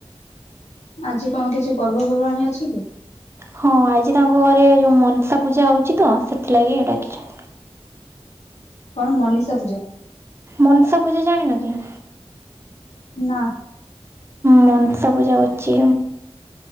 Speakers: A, on the left; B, on the right.
A: ଆଜି କଣ କିଛି ପର୍ବପର୍ବାଣୀ ଅଛି କି?
B: ହଁ ଆଜି ତାଙ୍କ ଘରେ ଯୋଉ ମନତା ପୂଜା ହଉଛି ତ ସେଥିଲାଗି ଡାକିଚନ୍ତି।
A: କଣ ମନୀଷା ପୂଜା?
B: ମନଷା ପୂଜା ଜାଣିନ କି?
A: ନାଁ।
B: ମନସା ପୂଜା ଅଛି